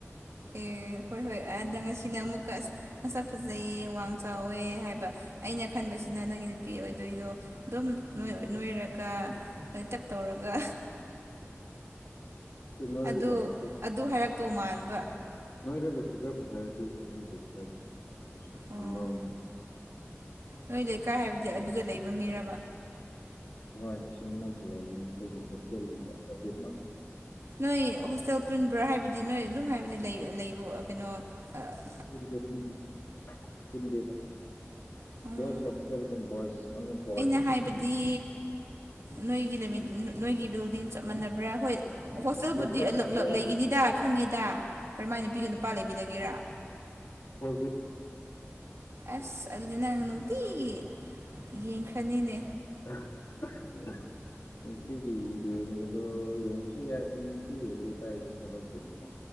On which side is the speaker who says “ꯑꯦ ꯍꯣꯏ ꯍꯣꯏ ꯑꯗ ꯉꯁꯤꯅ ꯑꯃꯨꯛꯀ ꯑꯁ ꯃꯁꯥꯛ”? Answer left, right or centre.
Right